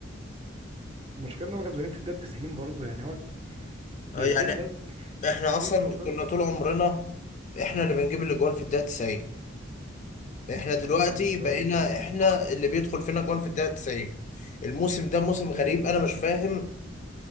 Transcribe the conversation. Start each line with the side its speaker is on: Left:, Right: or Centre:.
Right: المشكلة ان هو كسبانين في الدقيقة 90 برضه يعني هو دقيقتين
Left: آه، يعني
Right: بس
Left: احنا
Right: اصبر
Left: اصلا
Right: بس
Left: كنا طول عمرنا احنا اللي بنجيب الاجوان في الدقيقه 90 احنا
Right: مش
Left: دلوقتي
Right: احنا اللي بنستقبل
Left: بقينا احنا اللي بيدخل فينا جون في الدقيقة 90 الموسم ده موسم غريب انا مش فاهم